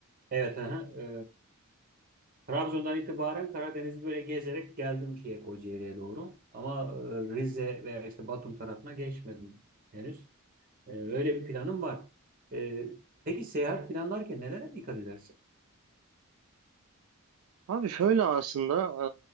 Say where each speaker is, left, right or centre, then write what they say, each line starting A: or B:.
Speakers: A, on the right; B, on the right.
A: Evet, aha. E, Trabzon'dan itibaren Karadeniz'i böyle gezerek geldim şeye Kocaeli'ye doğru. Ama e, Rize veya işte Batum tarafına geçmedim henüz. E, öyle bir planım var. E, peki seyahat planlarken nelere dikkat edersin?
B: Abi şöyle aslında